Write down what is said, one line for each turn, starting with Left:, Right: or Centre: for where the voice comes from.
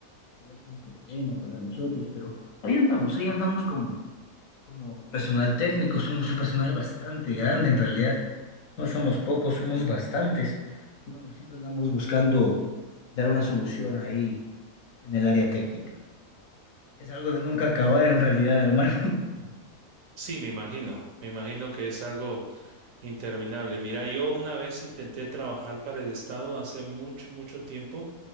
Left: Se vuelve un problema para nosotros, pero ahí andamos, ahí andamos como, como personal técnico, somos un personal bastante grande en realidad, no somos pocos, somos bastantes. Y bueno, siempre andamos buscando dar una solución ahí en el área técnica. Es algo de nunca acabar
Right: correcto.
Left: en realidad, hermano. <laughs>
Right: Sí, me imagino, me imagino que es algo interminable. Mira, yo una vez intenté trabajar para el Estado hace mucho, mucho tiempo,